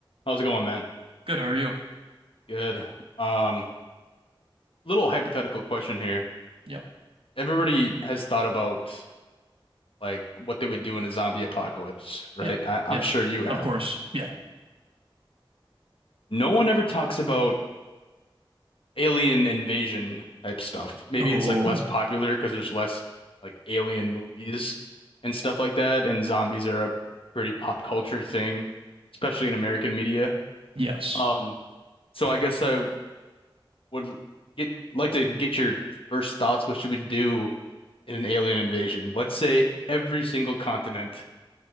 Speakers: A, on the left; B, on the right.
A: How's it going, man?
B: Good. How are you?
A: Good. Um, little hypothetical question here.
B: Yeah.
A: Everybody has thought about like what they would do in a zombie apocalypse, right?
B: Yeah.
A: I I'm
B: Yeah.
A: sure you have.
B: Of course. Yeah.
A: No one ever talks about alien invasion type stuff. Maybe
B: Oh,
A: it's like less popular because there's less like alien movies and stuff like that, and zombies are a pretty pop culture thing, especially in American media.
B: yes.
A: Um, so I guess I would get like to get your first thoughts what you would do in an alien invasion. Let's say every single continent